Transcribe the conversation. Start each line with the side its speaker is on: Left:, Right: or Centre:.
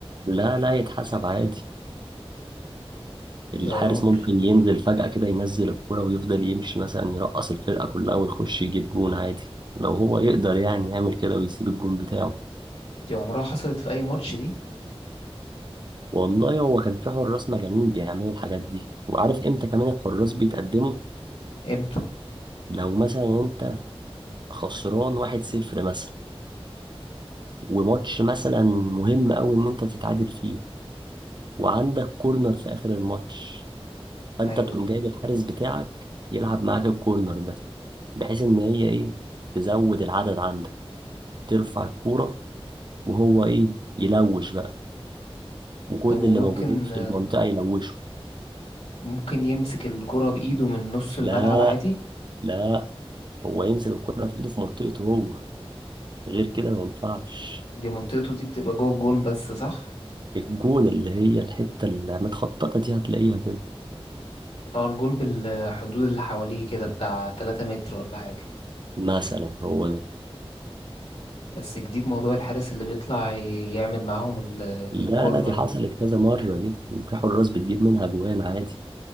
Right: لا لا يتحسب عادي الحارس
Left: يا راجل
Right: ممكن ينزل فجأة كده ينزل الكورة ويفضل يمشي مثلا يرقص الفرقة كلها ويخش يجيب جون عادي لو هو يقدر يعني يعمل كده ويسيب الجون بتاعه
Left: دي عمرها حصلت في أي ماتش دي
Right: والله هو كان في حراس مجانين بيعملوا الحاجات دي وعارف امتى كمان الحراس بيتقدموا
Left: امتى
Right: لو مثلا انت خسران واحد صفر مثلا وماتش مثلا مهم قوي ان انت تتعادل فيه وعندك كورنر في اخر الماتش فانت
Left: أيوه
Right: تقوم جايب الحارس بتاعك يلعب معاك الكورنر ده بحيث ان هي ايه تزود العدد عندك ترفع الكورة وهو إيه يلوش بقى وكل
Left: طب وممكن
Right: اللي موجودين في المنطقة يلوشوا
Left: ممكن يمسك الكرة بإيده من نص الملعب
Right: لا
Left: عادي
Right: لا هو يمسك الكورة في إيده في منطقته هو غير كده ما ينفعش
Left: دي منطقته دي بتبقى جوه الجون بس صح
Right: الجون اللي هي الحتة اللي متخططة دي هتلاقيها كده
Left: اه الجون بالحدود اللي حواليه كده بتاع 3 متر ولا حاجة
Right: مثلا هو ده
Left: بس جديد موضوع الحارس اللي بيطلع ي- يعمل معاهم ال-
Right: لا
Left: الكورنر
Right: لا دي حصلت
Left: دي
Right: كذا مرة دي وفي حراس بتجيب منها جوان عادي